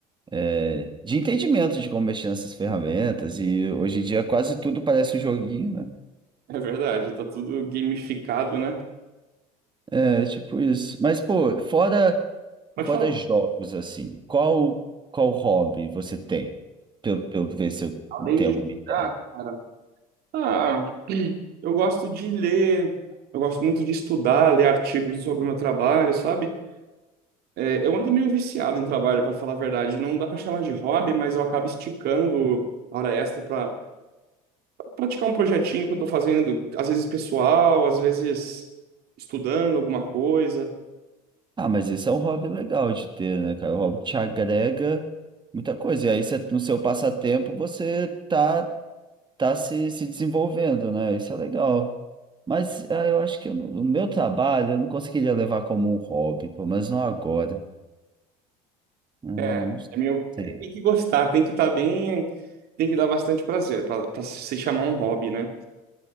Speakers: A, on the right (about 25°); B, on the right (about 60°).
A: é, de entendimento de como mexer nessas ferramentas. E hoje em dia quase tudo parece um joguinho, né?
B: É verdade, tá tudo gamificado, né?
A: É tipo isso. Mas, pô, fora,
B: Pode
A: fora
B: falar.
A: jogos, assim, qual, qual hobby você tem? Pra eu, pra eu ver se eu
B: Além
A: tenho
B: de
A: alguma ideia.
B: jogar, cara, ah, eu gosto de ler, eu gosto muito de estudar, ler artigos sobre o meu trabalho, sabe? É, eu ando meio viciado em trabalho, para falar a verdade. Não dá para chamar de hobby, mas eu acabo esticando a hora extra para praticar um projetinho que eu tô fazendo, às vezes pessoal, às vezes estudando alguma coisa.
A: Ah, mas esse é um hobby legal de ter, né, cara? O hobby que te agrega muita coisa. E aí, você- no seu passatempo, você tá, tá se, se desenvolvendo, né? Isso é legal. Mas ah, eu acho que eu não- o meu trabalho eu não conseguiria levar como um hobby, pelo menos não agora. Ah, não
B: É, é meio,
A: sei.
B: é, tem que gostar, tem que estar bem, tem que dar bastante prazer para pra pra se chamar um hobby, né?